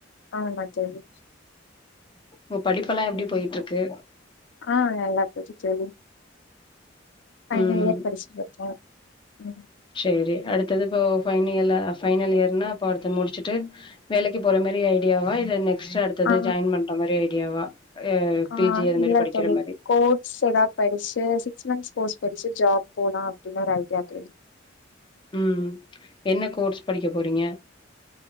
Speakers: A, on the left (about 65°); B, on the left (about 25°).
A: ஆமா தோழி
B: இப்போ படிப்பெல்லா எப்டி
A: ம்.
B: போய்ட்ருக்கு
A: ஆ நல்லா போது தோழி ஃபைனல்
B: ம்
A: இயர் படிச்சிட்ருக்கே ம்
B: செரி அடுத்தது இப்போ ஃபைனியல் ஃபைனல் இயர்னா அப்ப அடுத்து முடிச்சுட்டு வேலைக்கு போற மாரி ஐடியாவா இல்ல நெக்ஸ்ட்டு அடுத்தது
A: ஆ
B: ஜாயின் பண்ற மாரி ஐடியாவா அ
A: ஆ
B: பி ஜி அது
A: இல்ல
B: மாரி படிக்கிற
A: தோழி
B: மாரி
A: கோட்ஸ் எதா படிச்சு சிக்ஸ் மந்த்ஸ் கோர்ஸ் பச்சு ஜாப் போலா அப்டின்னு ஒரு ஐடியா தெரியு
B: ம் என்ன கோர்ஸ் படிக்க போறீங்க